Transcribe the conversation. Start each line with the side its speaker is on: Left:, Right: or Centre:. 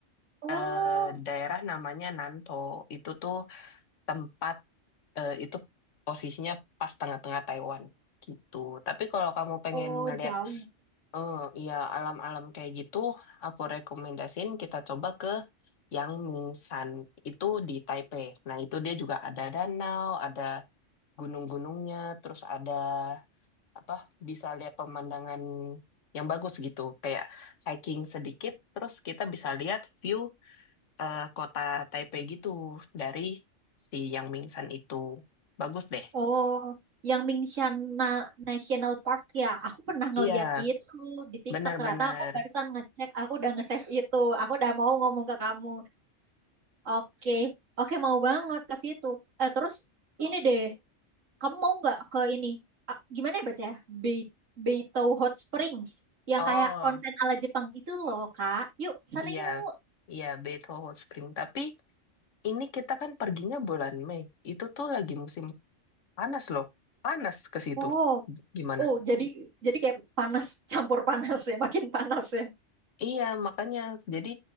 Right: oh
Left: eh, daerah namanya Nanto. Itu tuh tempat eh, itu posisinya pas tengah-tengah Taiwan gitu. Tapi kalau kamu pengen
Right: oh
Left: ngelihat
Right: jauh
Left: eh ya alam-alam kayak gitu, aku rekomendasiin kita coba ke Yang Yangmingshan. Itu di Taipei. Nah, itu dia juga ada danau, ada gunung-gunungnya, terus ada apa bisa lihat pemandangan yang bagus gitu kayak hiking sedikit terus kita bisa lihat view eh, kota Taipei gitu dari si Yang Mingsan itu bagus deh
Right: oh yang Mingshan Na- National Park ya aku pernah ngeliat
Left: iya
Right: itu di TikTok
Left: benar-benar
Right: ternyata aku barusan ngecek aku udah nge-save itu aku udah mau ngomong ke kamu oke Oke, mau banget ke situ. Eh, terus ini deh, Kamu mau nggak ke ini? Ah, gimana ya baca ya? Bei- Beito Hot Springs. Yang
Left: oh
Right: kayak onsen ala Jepang itu loh, Kak. Yuk, sana
Left: iya
Right: yuk.
Left: iya Beito Hot Spring tapi ini kita kan perginya bulan Mei itu tuh lagi musim panas loh panas ke situ
Right: Oh,
Left: gimana
Right: Oh, jadi jadi kayak panas campur panas ya, makin panas ya.
Left: Iya, makanya jadi